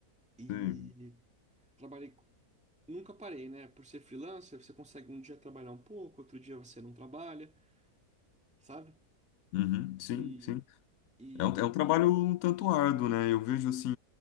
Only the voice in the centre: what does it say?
E
trabalhei Nunca parei, né? Por ser freelancer, você consegue um dia trabalhar um pouco, outro dia você não trabalha, sabe?
E,
e,